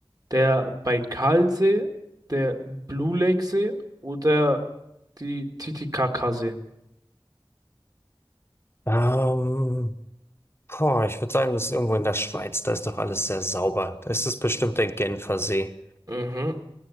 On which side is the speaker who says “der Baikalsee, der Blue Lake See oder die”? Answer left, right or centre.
Right